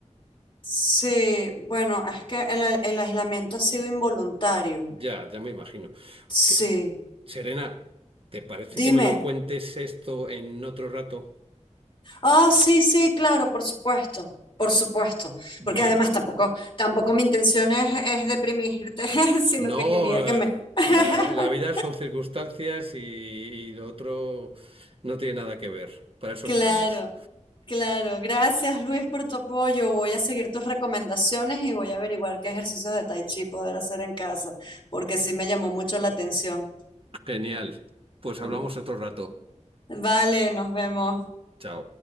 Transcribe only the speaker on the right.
Ya, ya me imagino.
Que- Serena, ¿te parece
que me lo cuentes esto en otro rato?
Bueno,
no,
eh,
la, la vida son circunstancias y, y lo otro no tiene nada que ver. Para eso
estamos.
Genial. Pues hablamos
otro rato.
Chao.